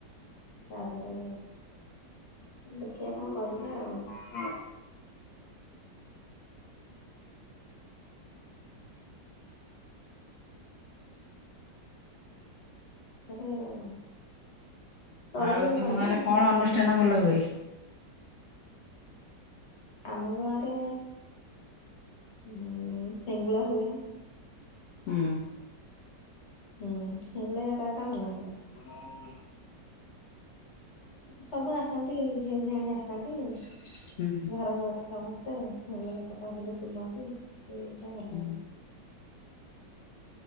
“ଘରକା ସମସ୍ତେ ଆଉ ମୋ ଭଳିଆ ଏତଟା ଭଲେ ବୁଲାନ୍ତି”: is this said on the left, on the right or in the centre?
Left